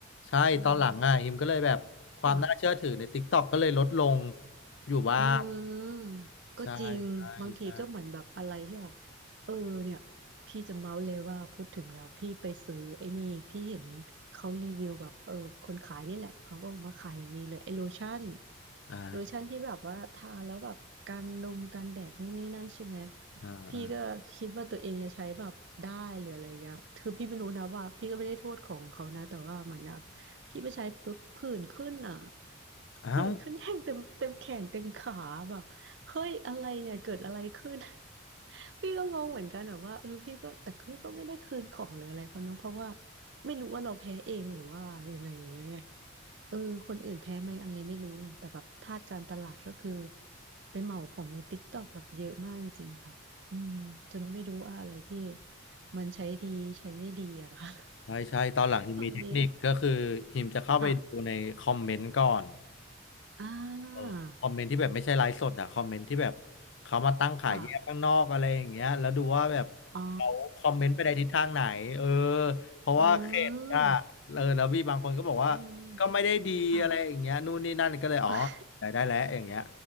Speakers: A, on the left; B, on the right.
A: ใช่ตอนหลังอ่ะอิมก็เลยแบบความน่าเชื่อถือใน
B: อืมค่ะ
A: TikTok ก็เลยลดลงอยู่บ้าง
B: อืมก็จริงบางทีก็เหมือนแบบอะไรที่แบบ
A: ใช่ใช่ใช่
B: เออเนี่ยพี่จะเมาส์เลยว่าพูดถึงแล้วพี่ไปซื้อไอ้นี่พี่เห็นเขารีวิวแบบเออคนขายนี่แหละเขาก็มาขายอย่างนี้เลยไอ้โลชั่น
A: อ่า
B: โลชั่นที่แบบว่าทาแล้วแบบกันลมกันแดดนู่นนี่นั่นใช่ไหม
A: อ่าอ่า
B: พี่ก็คิดว่าตัวเองจะใช้แบบได้หรืออะไรอย่างเงี้ยคือพี่ไม่รู้นะว่าพี่ก็ไม่ได้โทษของเขานะแต่ว่ามันแบบ พี่ไปใช้ปุ๊บผื่นขึ้นอ่ะ
A: เอ้าว
B: ผื่นขึ้นแห้งเต็มเต็มแขนเต็มขาแบบเฮ้ยอะไรเนี่ยเกิดอะไรขึ้น <laughs> พี่ก็งงเหมือนกันแบบว่าเออพี่ก็แต่พี่ก็ไม่ได้คืนของหรืออะไรเขาเนอะเพราะว่าไม่รู้ว่าเราแพ้เองหรือว่ายังไงอย่างเงี้ยไงเออคนอื่นแพ้ไหมอันนี้ไม่รู้เลยแต่แบบทาสการตลาดก็คือไปเหมาของในติ๊กต็อกแบบเยอะมากจริงๆค่ะอืมจนไม่รู้ว่าอะไรที่มันใช้ดีใช้ไม่ดีอะค่ะ
A: ใช่ใช่ตอนหลังฮิมมีเทคนิคก็คือฮิมจะเข้าไปดูในคอมเมนต์ก่อน
B: <laughs> ตอนนี้ค่ะอ่
A: เออคอมเมนต์ที่แบบไม่ใช่ไลฟ์สดอะคอมเมนต์ที่แบบ
B: า
A: เขามาตั้งขายแยกข้างนอกอะไรอย่างเงี้ยแล้วดูว่าแบบเขาคอมเมนต์ไปในทิศทางไหนเออ
B: ค่ะอ๋อ
A: เพราะว่าเขตอะ
B: อืม
A: เออแล้วพี่บางคนก็บอกว่าก็ไม่ได้ดีอะไรอย่างเงี้ยนู่นนี่นั่นก็เลยอ๋อได้ได้แล้วอย่างเงี้ย
B: ยิงค่ะ <laughs>